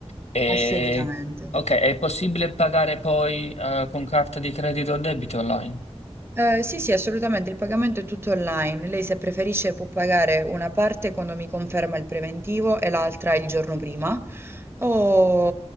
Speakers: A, on the left; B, on the right.
A: E...
B: Assolutamente.
A: Ok, è possibile pagare poi eh, con carta di credito o debito online?
B: Eh, sì, sì, assolutamente, il pagamento è tutto online. Lei se preferisce può pagare una parte quando mi conferma il preventivo e l'altra il giorno prima, o,